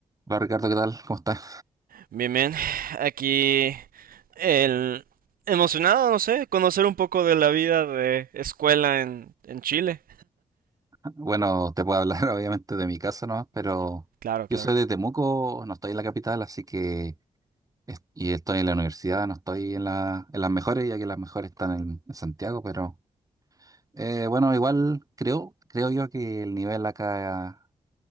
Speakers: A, on the right (about 25°); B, on the right (about 90°).
A: Hola Ricardo, ¿qué tal? ¿Cómo estás?
B: Bien, bien. Aquí el emocionado, no sé, conocer un poco de la vida de escuela en, en Chile.
A: <laughs> Bueno, te puedo hablar <laughs> obviamente de mi casa nomás, pero
B: Claro, claro.
A: yo soy de Temuco, no estoy en la capital, así que es- y estoy en la universidad, no estoy en la, en las mejores, ya que las mejores están en, en Santiago, pero eh, bueno, igual creo, creo yo que el nivel acá